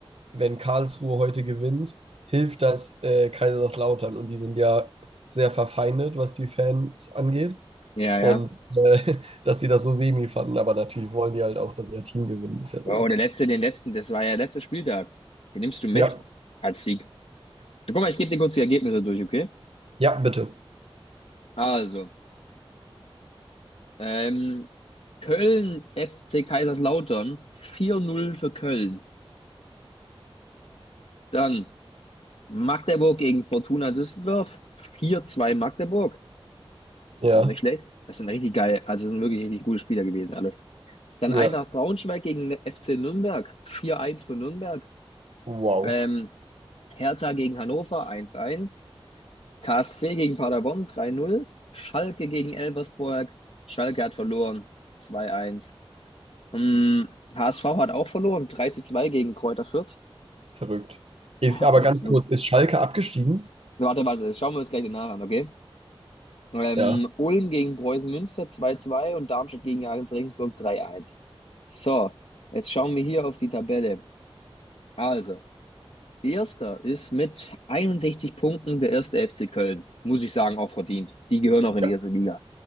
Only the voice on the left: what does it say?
ja, ja.
Oh, der letzte, den letzten, das war ja der letzte Spieltag. Den nimmst du mit
als Sieg. So, guck mal, ich gebe dir kurz die Ergebnisse durch, okay?
Also, ähm, Köln FC Kaiserslautern, 4-0 für Köln. Dann Magdeburg gegen Fortuna Düsseldorf, 4-2 Magdeburg.
Auch nicht schlecht. Das sind richtig geil, also das sind wirklich richtig gute Spieler gewesen, alles. Dann
Eintracht Braunschweig gegen FC Nürnberg, vier eins für Nürnberg.
Ähm, Hertha gegen Hannover, eins eins, KSC gegen Paderborn, drei null, Schalke gegen Elversberg. Schalke hat verloren, zwei eins, Mm, HSV hat auch verloren, drei zu zwei gegen Kräuter Fürth.
<laughs>
Das
ist
wirklich...
Warte, warte, das schauen wir uns gleich nach an, okay? Ähm,
Ulm gegen Preußen Münster, zwei zwei und Darmstadt gegen Jahres Regensburg, 3-1. So, jetzt schauen wir hier auf die Tabelle. Also, Erster ist mit 61 Punkten der erste FC Köln. Muss ich sagen, auch verdient. Die gehören auch in
die erste Liga.